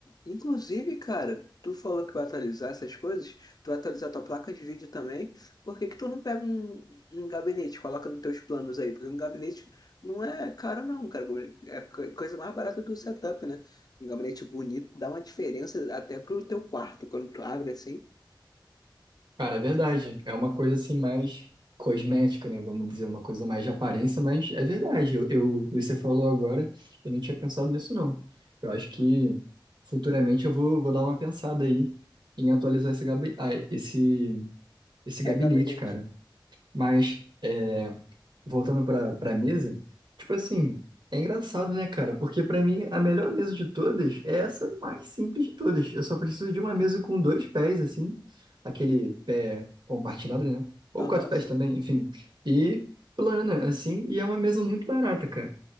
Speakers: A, on the left (about 50°); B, on the right (about 65°).
A: Inclusive, cara, tu falou que vai atualizar essas coisas, tu vai atualizar tua placa de vídeo também. Por que que tu não pega um, um gabinete, coloca nos teus planos aí? Porque um gabinete não é caro não, cara. É a co- coisa mais barata do setup, né? Um gabinete bonito dá uma diferença até pro teu quarto, quando tu abre assim.
B: Cara, é verdade. É uma coisa assim mais cosmética, né? Vamos dizer, uma coisa mais de aparência, mas é verdade. Eu, eu- você falou agora, eu não tinha pensado nisso, não. Eu acho que futuramente eu vou, vou dar uma pensada aí em atualizar esse, gabi, ah, esse, esse gabinete,
A: É gabinete.
B: cara. Mas. é, voltando para para mesa, tipo assim, é engraçado, né, cara? Porque para mim a melhor mesa de todas é essa mais simples de todas. Eu só preciso de uma mesa com dois pés assim, aquele pé compartilhado, né? Ou
A: Aham,
B: quatro pés
A: sim.
B: também, enfim. E plana assim, e é uma mesa muito barata, cara.